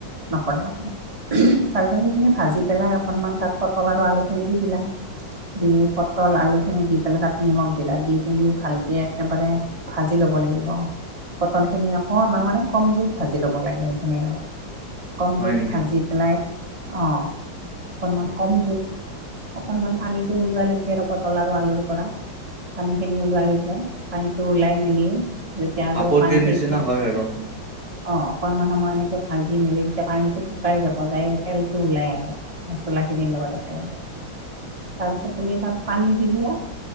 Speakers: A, on the right; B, on the right.
A: নকৰে - নকৰে, উহু তাৰপিছত সেইখিনি ভা ভাজি পেলাই অকণমান তাত পটল আৰু আলুখিনি দি দিলা দি পটল আলুখিনি দি পেলাই তাত নিমখ দিলা, দি পিনি ভালকে একেবাৰে ভাজি ল'ব লাগিব। পটলখিনি অকণমান মানে কম জুইত ভাজি লব লাগে সেইখিনি আৰু, কম
B: হয়
A: জুইত
B: নেকি
A: ভাজি পেলাই অঁ, অকণমান কম জুইত অকণমান পানীটো ওলোৱালৈকে আৰু বটল আৰু আলুৰপৰা পানীখিনি ওলোৱালৈকে পানীটো ওলাই মেলি যেতিয়া আৰু
B: ভাপত
A: পানী
B: দিয়াৰ নিচিনা
A: সেই
B: হয় আৰু
A: অ অকনমান সময় এনেকে ভাজি মেলি তেতিয়া পানীটো শুকাই যাব যায় তেলটো ওলাই আহে। মচলাখিনিৰ লগত একেলগে। তাৰ পিছত তুমি তাত পানী দি দিলা,